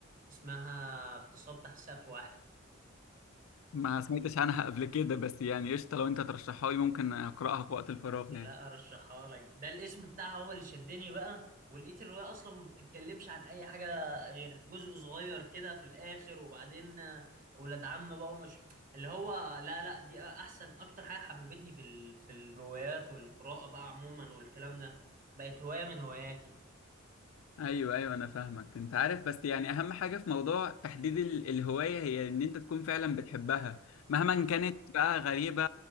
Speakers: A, on the right; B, on the left.
A: اسمها اغتصاب تحت سقف واحد
B: ما سمعتش عنها قبل كده بس يعني قشطة لو أنت ترشحها لي ممكن أقرأها في وقت الفراغ
A: لا
B: يعني
A: ارشحها لك ده الاسم بتاعها هو اللي شدني بقى ولقيت الروايه اصلا ما بتتكلمش عن اي حاجه غير جزء صغير كده في الاخر وبعدين آه، ولاد عم بقى ومش اللي هو لا لا دي احسن اكتر حاجه حببتني في ال... في الروايات والقراءه بقى عموما والكلام ده بقت هوايه من هواياتي
B: أيوه أيوه أنا فاهمك أنت عارف بس يعني أهم حاجة في موضوع تحديد ال- الهواية هي إن أنت تكون فعلا بتحبها مهما
A: اه
B: كانت بقى غريبة